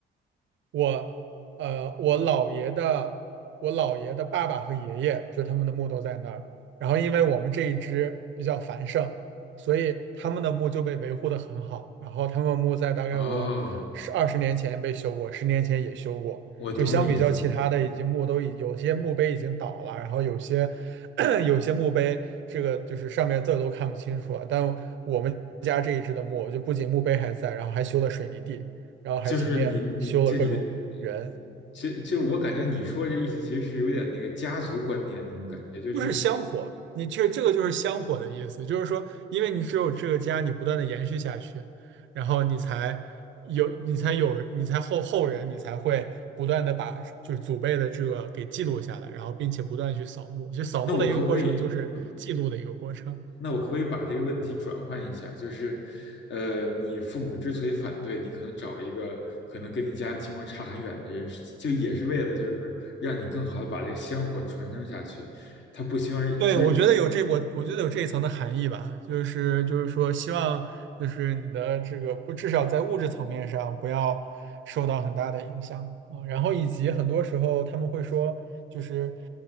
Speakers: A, on the right; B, on the left.
A: 我呃我姥爷的我姥爷的爸爸和爷爷，就他们的墓都在那儿。然后因为我们这一支比较繁盛，所以他们的墓就被维护的很好。然后他们墓在大概我十二十年前被修过，
B: 哦，
A: 十年前也修过。
B: 我懂你意思。
A: 就相比较其他的，已经墓都已有些墓碑已经倒了，然后有些 <coughs> <clears throat> 有些墓碑这个就是上面字儿都看不清楚了。但我们家这一支的墓，就不仅墓碑还在，然后还修了水泥地。然后还前面修了各种人，
B: 就是你你这你的其其就我感觉你说这意思其实是有点那个家族观念那种感觉，就是
A: 就是香火。你这这个就是香火的意思，就是说，因为你只有这个家，你不断的延续下去，然后你才有，你才有，你才后后人，你才会不断的把就是祖辈的这个给记录下来，然后并且不断地去扫墓。就扫墓的一个过程就是记录的一个过程。
B: 那我可不可以，嗯，那我可不可以把这个问题转换一下？就是，呃，你父母之所以反对，你可能找一个可能跟你家庭情况差很远的人，就也是为了就是让你更好的把这个香火传承下去。他不希望就是
A: 对，我觉得有这，我我觉得有这一层的含义吧，就是就是说，希望就是你的这个不，至少在物质层面上不要受到很大的影响啊。然后以及很多时候他们会说，就是